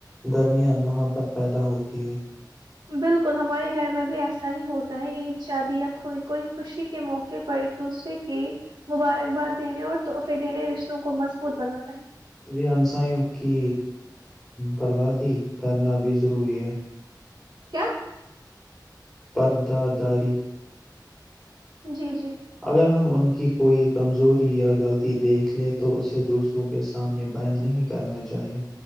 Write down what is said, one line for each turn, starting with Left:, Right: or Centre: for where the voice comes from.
Centre: درمیان محبت پیدا ہوتی ہے
Right: بالکل ہمارے گھر میں بھی ایسا ہی ہوتا ہے عید شادی یائی کوئی خوشی کے موقع پر ایک دوسرے کی مبارکباد دینے اور تحفے دینے رشتوں کو مضبوط بناتا ہے
Centre: یہ ہمساوں کی بربادی کرنا بھی ضروری ہے
Right: کیا <unintelligible>
Centre: پرداداری <unintelligible>
Right: جی جی <unintelligible>
Centre: اگر ہم ان <unintelligible> کہ کوئی کمزوری یا غلطی دیکھ لے تو اسے دوسروں کے سامنے بیاں نہیں کرنا چاہیے